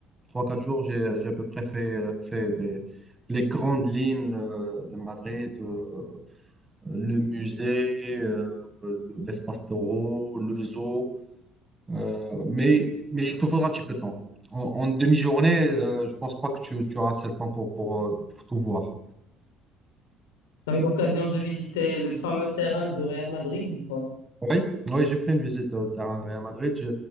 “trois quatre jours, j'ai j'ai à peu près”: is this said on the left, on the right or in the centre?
Right